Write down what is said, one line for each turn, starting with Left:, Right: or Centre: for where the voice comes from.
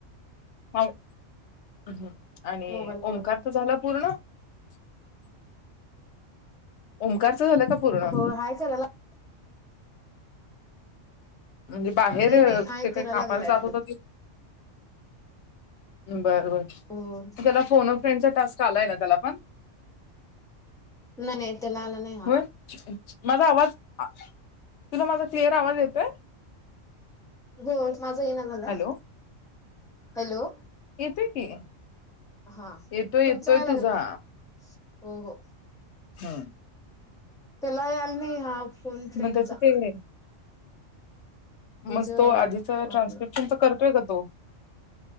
Left: हाव. हम् आणि..
Centre: मोबाईल बघत.
Left: ओमकारच झालं पूर्ण? <unintelligible> ओमकार? झालं का पूर्ण?
Centre: हो हाय करायला
Left: म्हणजे बाहेर
Centre: नाही नाही हाय
Left: ते काही
Centre: करायला
Left: कापाला
Centre: लागलाय
Left: जात
Centre: म्हणून
Left: होत ते बर बर
Centre: हो
Left: त्याला फोन त्याचं टास्क आलाय ना त्याला पण.
Centre: नाही नाही. त्याला आला नाही हा
Left: होय. माझा आवाज तुला माझा क्लिअर आवाज येतोय.
Centre: गोट माझा ये ना झाला.
Left: Hello
Centre: hello.
Left: येत की.
Centre: हा
Left: येतोय
Centre: तुमचा
Left: येतोय
Centre: याय लागललंय
Left: तुझा.
Centre: हो हो.
Left: हम्म.
Centre: त्याला याल नाही हाफ फोन फ्रेंड
Left: मग त्याचं
Centre: चा.
Left: ते मग
Centre: आपलं
Left: तो आधीचा ट्रान्स्क्रिप्शनच करतोय का हो